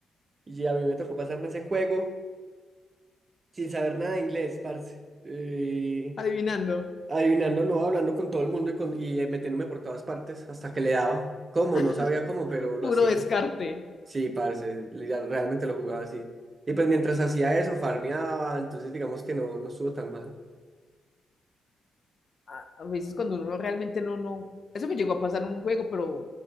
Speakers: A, on the right; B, on the left.
A: Y a mí me tocó pasarme ese juego sin saber nada de inglés, parce. Eh,
B: Adivinando.
A: adivinando, no, hablando con todo el mundo y, con, y eh, metiéndome por todas partes hasta que le daba. ¿Cómo?
B: <laughs>
A: No sabía cómo, pero lo
B: Puro
A: hacía.
B: descarte.
A: Sí, parce, li- realmente lo jugaba así. Y pues mientras hacía eso, farmeaba, entonces digamos que no, no estuvo tan mal.
B: A, a veces cuando uno realmente no, no... Eso me llegó a pasar en un juego, pero